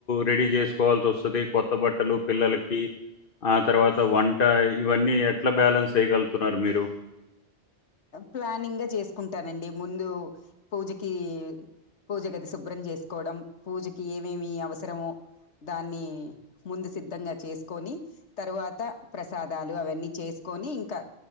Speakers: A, on the left (about 50°); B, on the left (about 80°).
A: రెడీ చేసుకోవాల్సి వస్తది కొత్త బట్టలు పిల్లలకి ఆ తర్వాత వంట ఇవన్నీ ఎట్లా బ్యాలెన్స్ చేయగలుగుతున్నారు మీరు
B: ప్లానింగ్గా చేసుకుంటానండి ముందు పూజకి పూజ గది శుభ్రం చేసుకోవడం పూజకి ఏమేమి అవసరమో దాన్ని ముందు సిద్ధంగా చేసుకొని తరువాత ప్రసాదాలు అవన్నీ చేసుకొని ఇంకా